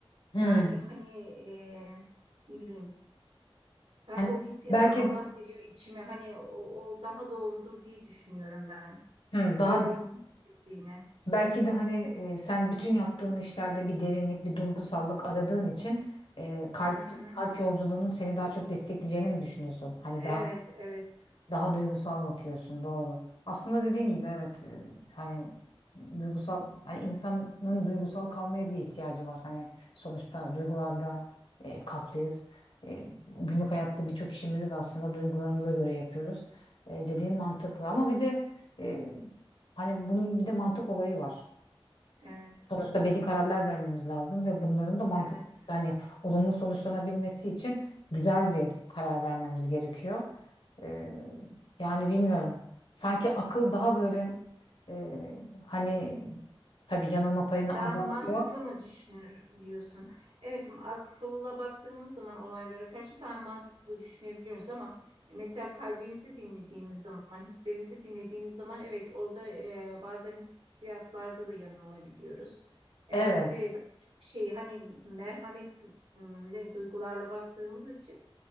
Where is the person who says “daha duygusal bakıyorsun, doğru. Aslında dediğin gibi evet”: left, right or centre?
Left